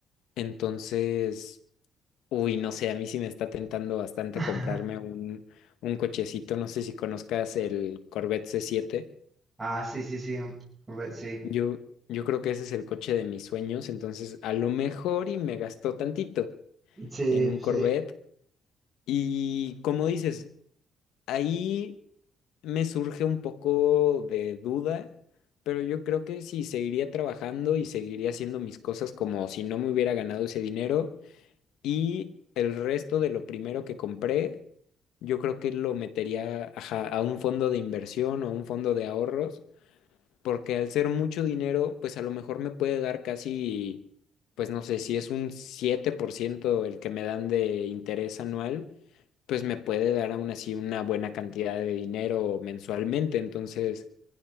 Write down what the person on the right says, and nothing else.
<laughs>
Ah, sí, sí, sí, un curve- sí.
Sí,
sí.